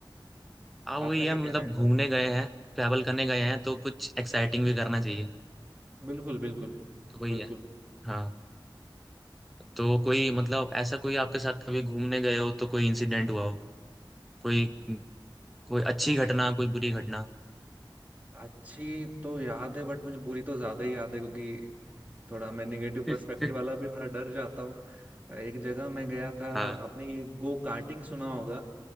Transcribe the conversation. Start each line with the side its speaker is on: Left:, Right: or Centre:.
Centre: अब वही
Right: आपका
Centre: है
Right: क्या
Centre: मतलब
Right: कहना है इस
Centre: घूमने
Right: बारे में
Centre: गए हैं ट्रैवल करने गए हैं तो कुछ एक्साइटिंग भी करना चाहिए
Right: बिल्कुल बिल्कुल
Centre: तो कोई
Right: बिल्कुल
Centre: है हाँ तो कोई मतलब ऐसा कोई आपके साथ कभी घूमने गए हो तो कोई इंसिडेंट हुआ हो कोई कोई अच्छी घटना कोई बुरी घटना
Right: अच्छी तो याद है बट मुझे बुरी तो ज्यादा ही याद है क्योंकि थोड़ा मैं निगेटिव
Centre: <laughs>
Right: पर्सपेक्टिव वाला भी थोड़ा डर जाता हूँ एक जगह मैं गया था
Centre: हाँ
Right: आपने ये गो कार्टिंग सुना होगा